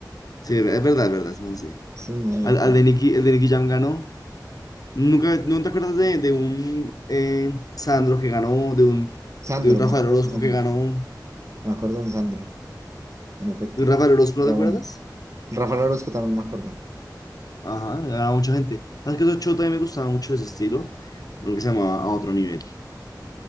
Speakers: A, on the left; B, on the right.
A: Sí, es verdad, es verdad. no, Sí.
B: Es un meme.
A: Al, al de Nicky, el de Nicky Jam ganó. ¿Nunca, no te acuerdas de, de un eh, Sandro que ganó? De un,
B: Sandro,
A: de un Rafael
B: me acuerdo
A: Orozco
B: de Sandro.
A: que ganó.
B: Me acuerdo de un Sandro, en efecto.
A: ¿De un Rafael Orozco no
B: Era
A: te acuerdas?
B: bueno. Rafael Orozco también me acuerdo.
A: Ajá, ganaba mucha gente. ¿Sabes qué? Otro show también me gustaba mucho ese estilo. Uno que se llamaba A Otro Nivel.